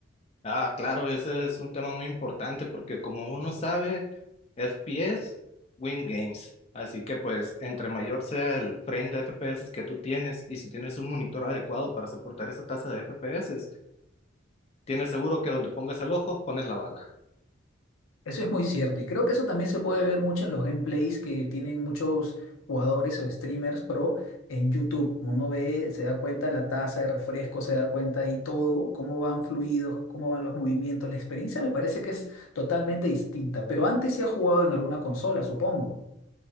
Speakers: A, on the left; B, on the left.
A: Ah, claro, ese es un tema muy importante porque como uno sabe, FPS win games. Así que pues entre mayor sea el frame de FPS que tú tienes y si tienes un monitor adecuado para soportar esa tasa de FPS, Tienes seguro que donde pongas el ojo, pones la bala.
B: Eso es muy cierto y creo que eso también se puede ver mucho en los gameplays que tienen muchos jugadores o streamers pro en YouTube. Uno ve, se da cuenta la tasa de refresco, se da cuenta ahí todo, cómo van fluidos, cómo van los movimientos. La experiencia me parece que es totalmente distinta, pero antes sí ha jugado en alguna consola, supongo.